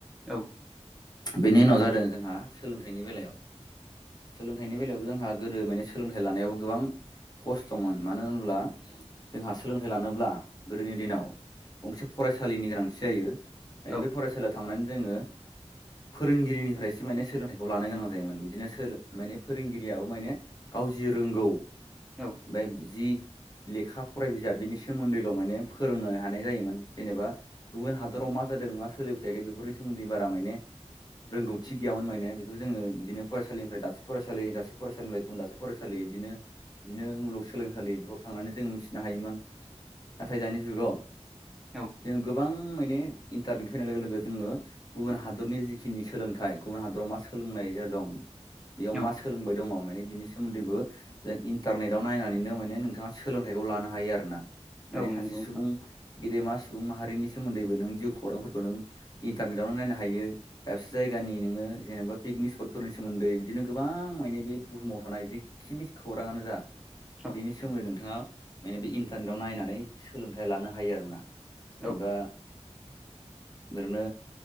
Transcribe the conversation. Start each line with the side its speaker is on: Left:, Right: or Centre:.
Centre: औ।
Left: बेनि उनाव जादों जोंहा सोलोंथाइनि बेलायाव सोलोंथाइ थाइनि बेलायावबो जोंहा गोदो माने सोलोंथाइ लानायावबो गोबां खस्थ'मोन मानो होनोब्ला जोंहा सोलोंथाइ लानोब्ला गोदोनि दिनाव गंसे फरायसालिनि गोनांथि जायो ओंखायनो
Centre: औ
Left: बे फरायसालियाव थांनानै जोङो फोरोंगिरिनिफ्रायसो माने सोलोंथाइखौ लानो गोनां जायोमोन बिदिनो सोलो माने फोरोंगिरियाबो माने गाव जि रोंगौ
Centre: औ
Left: बे जि रो लेखा फराय बिजाब बिनि सोमोन्दैल' माने फोरोंनो हानाय जायोमोन जेनेबा गुबुन हादराव मा जादों मा सोलिबाय थायाखै बेफोरनि सोमोन्दै बारा मायने रोंगौथि गैयामोन मायने बेखौ जोङो बिदिनो फरायसालिनिफ्राय दाबसे फरायसालि दाबसे फरायसालिनिफ्राय गुबुन दाबसे फरायसालि बिदिनो बिदिनो मुलुगसोलोंसालि बेफोराव थांनानै जों मिथिनो हायोमोन। नाथाय दानि जुगाव
Centre: औ
Left: जोङो गोबां मायने इन्टारनेट फैनाय लोगो लोगो जोङो गुबुन हादरनि जि खिनि सोलोंथाइ गुबुन हादराव मा सोलोंनाय जादोंं बेयाव
Centre: औ
Left: मा सोलोंबाय दङ माने बिनि सोमोन्दैबो जों इन्टारनेटाव नायनानैनो मायने नोंथाङा सोलोंथाइखौ लानो हायो आरोना। मायने
Centre: औ
Left: सासे
Centre: नंगौ नोंथां
Left: सुबुं गेदेमा सु सुबुं माहारिनि सोमोन्दैबो नों जिउ खौरांफोरखौ नों इन्टारनेटआवनो नायनो हायो। दाबसे जायगानि नोङो जेनबा पिकनिक स्पटफोरनि सोमोन्दै बिदिनो गोबां माने बे बुहुमाव थानाय जिखिनि खौराङानो जा
Centre: औ
Left: बेनि सोमोन्दै नोंथाङा माने बे इन्टारनेटआव नायनानै सोलोंथाइ लानो हायो आरोना जेनेबा
Centre: औ
Left: ओरैनो